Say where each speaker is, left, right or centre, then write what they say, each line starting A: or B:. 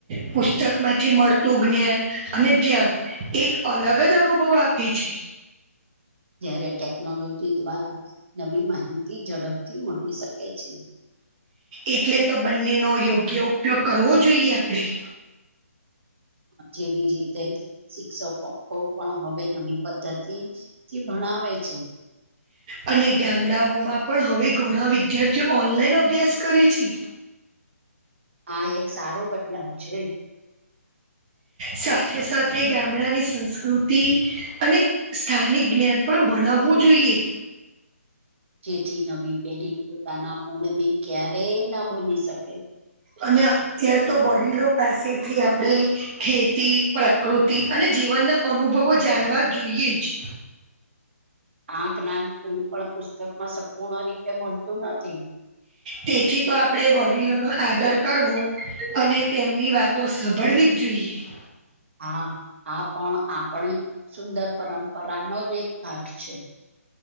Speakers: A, on the right; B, on the right.
A: પુસ્તક માંથી મળતું જ્ઞાન અને ધ્યાન એક અલગ જ અનુભવ આપે છે.
B: જયારે ટેકનોલોજી દ્વારા નવી માહિતી ઝડપથી મળવી શકે છે.
A: એટલે તો બંનેનો યોગ્ય ઉપયોગ કરવો જોઈએ આપણેે.
B: જેવી રીતે શિક્ષકોકો પણ હવે નવી પદ્ધતિ થી ભણાવે છે.
A: અને ગામડાઓમાં પણ હવે ઘણા વિદ્યાર્થીઓ ઓનલાઈન અભ્યાસ કરે છે.
B: હા એક સારો બદલાવ છે.
A: સાથે સાથે ગામડાની સંસ્કૃતિ અને સ્થાનિક જ્ઞાન પણ ભણાવવું જોઈએ.
B: જેથી નવી પેઢી પોતાના મૂળ ને ક્યારેય ના ભૂલી શકે.
A: અને અત્યારે તો વડીલો પાસેથી આપણે ખેતી પ્રકૃતિ અને જીવનના અનુભવો જાણવા જોઈએ જ.
B: આ જ્ઞાન કોઈ પણ પુસ્તકમાં સંપૂર્ણ રીતે મળતું નથી.
A: તેથી તો આપણેે વડીલો નો આદર કરવો અને તેમની વાત તો સાંભળ વીજ જોયે. <unintelligible> <unintelligible>
B: હા આ પણ આપણી સુંદર પરંપરાનો જ એક ભાગ છે.